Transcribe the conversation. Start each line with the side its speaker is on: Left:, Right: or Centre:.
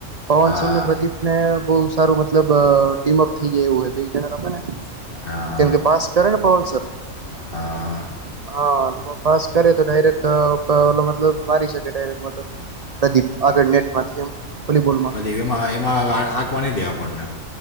Right: પવનસરને
Left: હા
Right: પ્રદીપ ને બો. સારું મતલબ ટીમઅપ થઈ જાય એવું હોય બે જણા રહમેને
Left: હા હા
Right: કેમ કે પાસ કરને પવન સર
Left: હા
Right: હા પાસ કરે તો ડાયરેક્ટ અ પ મતલબ મારી શકે ડાયરેક્ટ મતલબ પ્રદીપ આગળ નેટ માંથી એમ વોલીબોલમાં
Left: પછી એમાં એમાં આંકવા નહી દે આપણને